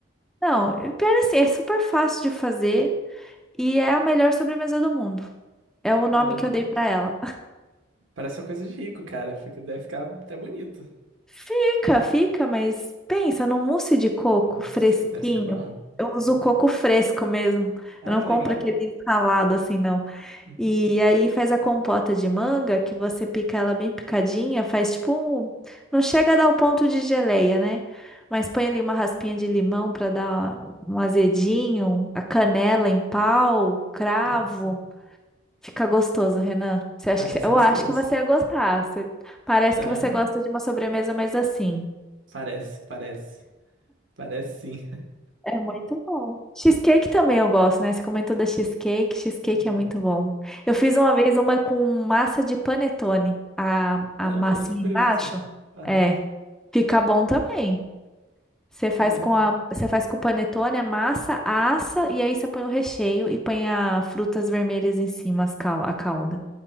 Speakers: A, in the centre; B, on the right.
A: Não, e pior assim, é super fácil de fazer e é a melhor sobremesa do mundo. É o nome
B: Caramba.
A: que eu dei pra ela.
B: Parece uma coisa de rico, cara. Fica, deve ficar até bonito.
A: Fica, fica, mas pensa no mousse de coco
B: Nossa,
A: fresquinho.
B: deve ser bom.
A: Eu
B: Hum.
A: uso coco fresco mesmo.
B: Ah,
A: Eu não compro
B: legal.
A: aquele ralado assim, não.
B: Uhum.
A: E aí faz a compota de manga, que você pica ela bem picadinha, faz tipo um... Não chega a dar o ponto de geleia, né? Mas põe ali uma raspinha de limão para dar um azedinho, a canela em pau, cravo.
B: Nossa,
A: Fica gostoso, Renan. Você acha
B: parece
A: que... Eu
B: gostoso.
A: acho que você ia gostar. Você- Parece
B: Tá,
A: que você gosta de uma sobremesa mais assim.
B: parece, parece. Parece sim. <laughs>
A: É muito bom. Cheesecake também eu gosto, né? Você comentou da cheesecake. Cheesecake
B: Uhum.
A: é muito bom. Eu fiz uma vez uma com massa de panetone. A,
B: Caramba,
A: a massinha
B: mas que curioso.
A: embaixo.
B: Aham.
A: É. Fica bom também. Você faz
B: Caramba.
A: com a, você faz com o panetone, a massa, assa e aí você põe o recheio e põe as frutas vermelhas em cima, as cal... a calda.